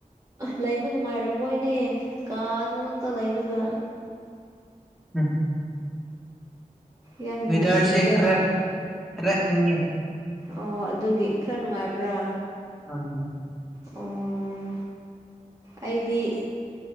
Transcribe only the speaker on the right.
ꯂꯩꯕ ꯅꯨꯡꯉꯥꯏꯔꯝꯃꯣꯏꯅꯦ ꯀꯥꯗꯨ ꯉꯛꯇ ꯂꯩꯔꯒ
ꯌꯥꯝ ꯅꯨꯡꯁꯤꯗ
ꯑꯣ ꯑꯗꯨꯒꯤ ꯈꯔ ꯅꯨꯡꯉꯥꯏꯕ꯭ꯔꯥ
ꯑꯣ ꯑꯩꯗꯤ